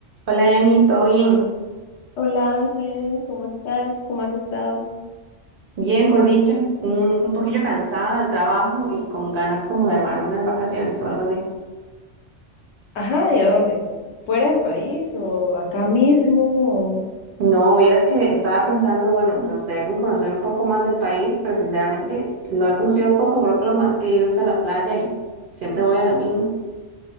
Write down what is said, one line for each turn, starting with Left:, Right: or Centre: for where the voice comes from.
Right: Hola Emi, ¿todo bien?
Left: Hola Ángel, ¿cómo estás? ¿Cómo has estado?
Right: Bien, por dicha. Un, un poquillo cansada del trabajo y con ganas como de armarme unas vacaciones o algo así.
Left: Ajá, ¿y a dónde? ¿Fuera del país o acá mismo? o
Right: No, vieras que estaba pensando, bueno, me gustaría como conocer un poco más del país, pero sinceramente lo he conocido poco, creo que lo más que he ido es a la playa y siempre voy a la misma.